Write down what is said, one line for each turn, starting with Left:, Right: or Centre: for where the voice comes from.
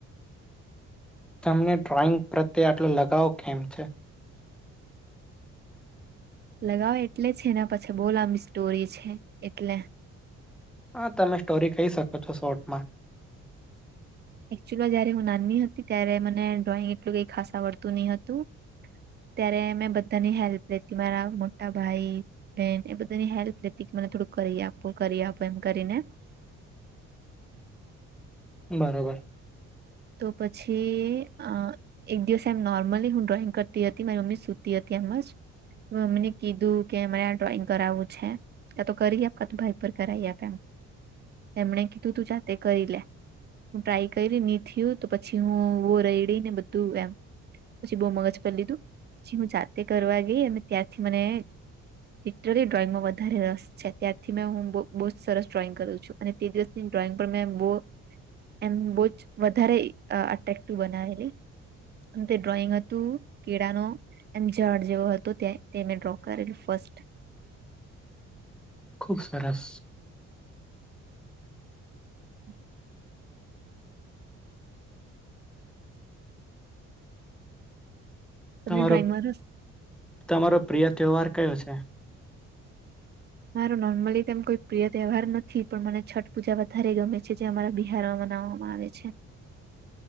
Centre: તમને ડ્રોઈંગ પ્રત્યે આટલો લગાવ કેમ છે?
Right: લગાવ એટલે છે એના પછી બહુ લાંબી સ્ટોરી છે એટલે
Centre: હા તમે સ્ટોરી કહી શકો છો શોર્ટમાં.
Right: એક્ચ્યુલી જયારે હું નાની હતી ત્યારે મને ડ્રોઈંગ એટલું કઈ ખાસ આવડતું નહી હતું ત્યારે મેં બધાની હેલ્પ લેતી મારા મોટા ભાઈ બેન એ બધાની હેલ્પ લેતી મને થોડું કરી આપ કરી આપો એમ કરીને
Centre: બરોબર
Right: તો પછી અ એક દિવસ એમ નોર્મલી હું ડ્રોઈંગ કરતી હતી મારી મમ્મી સુતી હતી એમજ મે મમ્મી ને કીધું કે મારે આ ડ્રોઈંગ કરાવવું છે કા તો કરી આપ કા તો ભાઈ પર કરાયએ આપ એમ તેમણે કીધું તું જાતે કરી લે હું ટ્રાય કરી થયું તો પછી હું વો રેડી ને બધું એમ પછી બહુ મગજ પર લીધું પછી હું જાતે કરવા ગઈ અને ત્યાંથી મને લિટરલી ડ્રોઈંગમાં વધારે રસ છે ત્યારથી મે હું બહુ જ સરસ ડ્રોઈંગ કરું છું અને તે દિવસની ડ્રોઈંગ પણ મેં બહું એમ બહુ જ વધારે અટ્રેકટીવ બનાવેલી તે ડ્રોઈંગ હતું કેળા નો એમ ઝાડ જેવો હતો તે મેં ડ્રો કરેલું ફસ્ટ.
Centre: ખૂબ સરસ.
Right: <inaudible> તમને
Centre: તમારો
Right: ડ્રોઈંગમાં રસ
Centre: તમારો પ્રિય તહેવાર કયો છે?
Right: મારો નોર્મલી તો એમ કોઈ પ્રિય તહેવાર નથી પણ મને છઠ પૂજા વધારે ગમે છે જે અમારા બિહારમાં માનાવામાં આવે છે.